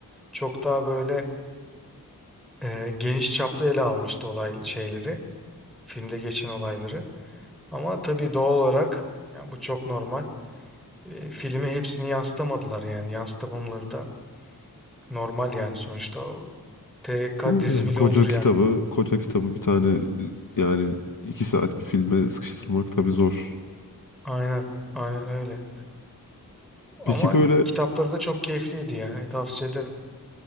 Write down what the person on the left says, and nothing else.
Doğru
yani
koca
kitabı,
koca kitabı bir tane e, yani iki saat bir filme sıkıştırmak tabii zor.
Peki
böyle